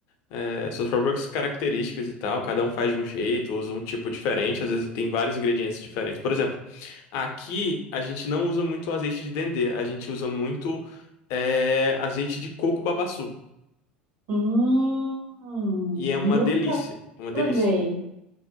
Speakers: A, on the left; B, on the right.
A: é, suas próprias características e tal. Cada um faz de um jeito, usa um tipo diferente. Às vezes tem vários ingredientes diferentes. Por exemplo, aqui a gente não usa muito azeite de dendê. A gente usa muito é, azeite de coco babaçu.
B: Hum, nunca
A: E é uma delícia. É uma delícia.
B: provei.